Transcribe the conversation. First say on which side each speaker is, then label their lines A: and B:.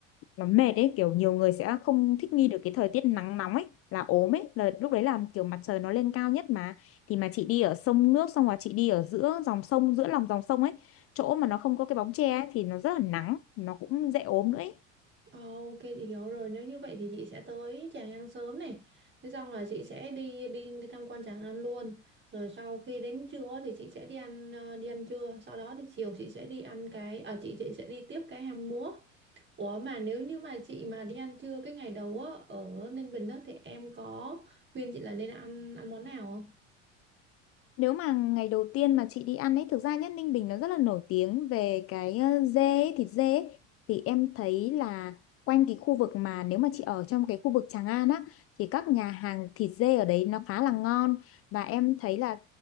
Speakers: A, on the left (about 40°); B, on the right (about 30°).
A: nó mệt ấy kiểu nhiều người sẽ không thích nghi được cái thời tiết nắng nóng ấy là ốm ấy là lúc đấy là kiểu mặt trời nó lên cao nhất mà thì mà chị đi ở sông nước xong rồi chị đi ở giữa dòng sông giữa lòng dòng sông ấy chỗ mà nó không có cái bóng che ấy, thì nó rất là nắng nó cũng dễ ốm nữa ấy
B: Ờ, ok chị hiểu rồi nếu như vậy thì chị sẽ tới Tràng An sớm này thế xong là chị sẽ đi đi đi tham quan Tràng An luôn rồi sau khi đến trưa thì chị sẽ đi ăn ờ, đi ăn trưa sau đó thì chiều chị sẽ đi ăn cái ở chị chị sẽ đi tiếp cái hang múa Ủa mà nếu như mà chị mà đi ăn trưa cái ngày đầu á ở Ninh Bình á thì em có khuyên chị là nên ăn ăn món nào không?
A: Nếu mà ngày đầu tiên mà chị đi ăn ấy, thực ra nhất Ninh Bình nó rất là nổi tiếng về cái ờ, dê, ấy, thịt dê ấy. Thì em thấy là quanh cái khu vực mà nếu mà chị ở trong cái khu vực Tràng An á, thì các nhà hàng thịt dê ở đấy nó khá là ngon. Và em thấy là,